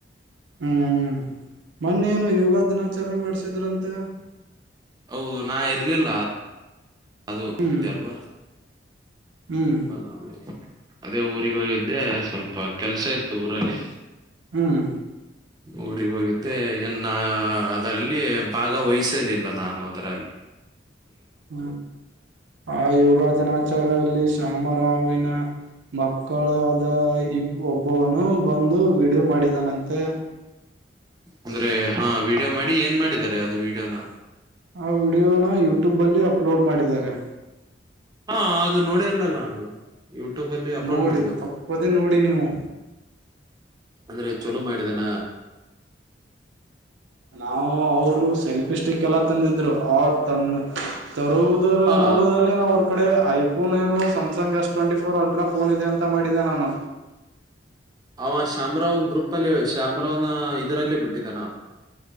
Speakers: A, on the right; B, on the right.
A: ಹ್ಮ್ಹೂ ಮೊನ್ನೇನು ಯೋಗ ದಿನಾಚರಣೆ ಮಾಡ್ಸಿದ್ರಂತೆ,
B: ಹೌದು ನಾ ಇರ್ಲಿಲ್ಲ. ಅದು
A: ಹ್ಮ್
B: ತೆಅಲ್ವಾ,
A: ಹ್ಮ್
B: ಸ್ವಲ್ಪ ನಾಮೇಲೆ. ಅದೇ ಊರಿಗೆ ಹೋಗಿದ್ದೆ. ಸ್ವಲ್ಪ ಕೆಲ್ಸ ಇತ್ತು ಊರಲ್ಲಿ,
A: ಹ್ಮ್.
B: ಊರಿಗೆ ಹೋಗಿದ್ದೆ ಏನ್ನಾ ದಲ್ಲಿ ಭಾಗವಹಿಸಲಿಲ್ಲ ನಾನು ಅವ್, <unintelligible>
A: ಹ್ಮ್ ಆ ಯೋಗ ದಿನಾಚಾರ ರಲ್ಲಿ ಶಾಮರಾವಿನ ಮಕ್ಕಳಾದ ಇ ಒಬ್ಬವನು ಬಂದು ವೀಡ್ಯೊ ಮಾಡಿದಾನಂತೆ.
B: ಅಂದ್ರೆ ಹಾ ವೀಡಿಯೋ ಮಾಡಿ ಏನ್ ಮಾಡಿದ್ದಾರೆ ಅದು ವಿಡಿಯೋನ?
A: ಆ ವೀಡಿಯೋನ ಯೂಟ್ಯೂಬ್ ಅಲ್ಲಿ ಅಪ್ಲೋಡ್ ಮಾಡಿದ್ದಾರೆ.
B: ಹಾ ಅದು ನೋಡೆ ಇಲ್ಲ ನಾನು. ಯೂಟ್ಯೂಬ್ ಅಲ್ಲಿ ಅಪ್ಲೋಡ್
A: ನೋಡಿ
B: ಮಾಡಿದಾನ
A: ತಪ್ಪದೆೇ ನೋಡಿ ನೀವು.
B: ಅಂದ್ರೆ ಚಲೋ ಮಾಡಿದಾನ?
A: ನಾವು ಅವರು ಸೆಲ್ಫಿ ಸ್ಟಿಕ್ಕೆಲ್ಲ ತಂದಿದ್ರು ಆ ತನ್ನ್ ತರುವುದರ
B: ಆ
A: ನೋಡುವಲ್ಲೆ ನ್ ಅವ್ರ್ ಕಡೆ. ಐಫೋನ್ ಏನು Samsung S twenty four ultra phone ಇದೆ ಅಂತ ಮಾಡಿದೆ ನಾನು.
B: ಅವ ಶಾಮರಾವ್ ಗ್ರೂಪಲ್ಲೇ ಶಾಮರಾವ್ನ ಇದರಲ್ಲೇ ಬಿಟ್ಟಿದ್ದಾನ?